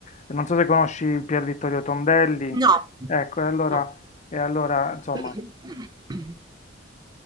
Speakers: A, on the left; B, on the right.
A: non so se conosci il Pier Vittorio Tondelli,
B: No,
A: ecco, e allora,
B: no.
A: e allora insomma,
B: <clears throat>